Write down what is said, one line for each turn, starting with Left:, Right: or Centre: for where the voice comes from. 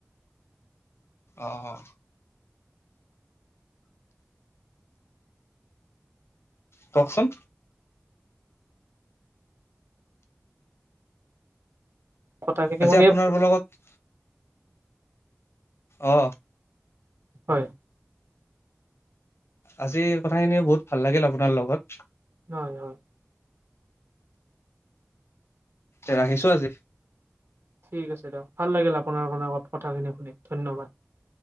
Left: আহ। কওকচোন-
Right: কথাখিনি
Left: আজি
Right: শুনিয়ে
Left: আপোনাৰ লগত অ।
Right: হয়।
Left: আজি কথাখিনি বহুত ভাল লাগিল আপোনাৰ লগত।
Right: হয় হয়।
Left: এ ৰাখিছো আজি।
Right: ঠিক আছে দিয়ক ভাল লাগিল আপোনাৰ কাৰে অলপ কথাখিনি শুনি ধন্যবাদ।